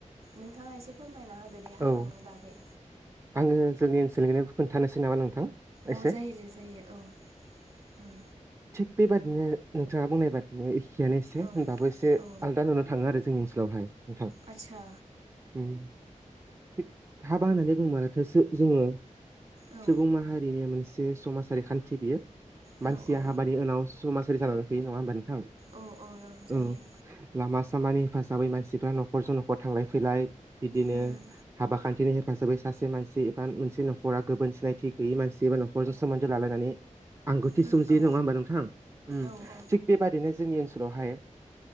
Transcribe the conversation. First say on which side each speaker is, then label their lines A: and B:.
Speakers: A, on the right; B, on the right.
A: नोंथाङा एसे फोरमायना होदो दे
B: औ
A: हाबानि
B: औ
A: बागै
B: आङो जोंनि ओनसोलैना खोन्थानोसै नामा नोंथां एसे
A: अ जायो दे जायो औ उम
B: थिग बेबादिनो नोंथाङा बुंनाय बादि बे एखेयानो एसे
A: औ
B: होनबाबो एसे
A: औ
B: आलदा नुनो थाङो आरो जोंनि ओनसोलावहाय नोंथां
A: आदसा
B: उम थिग हाबा होननानै बुङो माथो जो जोङो
A: औ
B: सुबुं माहारिनि मोनसे समाज सारि खान्थि बियो
A: औ
B: मानसिया
A: औ
B: हाबानि उनाव समाजारि जानानै फैयो नङा होमबा नोंथां
A: औ औ ओं जायो
B: औ लामा सामानि हेफाजाबै मानसिफ्रा न'खरजों न'खर थांलाय फैलाय बिदिनो
A: उम
B: हाबा खान्थिनि हेफाजाबै खासे मानसि एबा मोनसे न'खरा गोबोन सिनायथि गैयै मानसि एबा न'खरजों सोमोन्दो लालायनानै आंगौथि
A: उम
B: सोमजियो
A: औ
B: नङा होमबा नोंथां उम
A: औ औ
B: थिग बेबादिनो जोंनि ओनसोलावहाय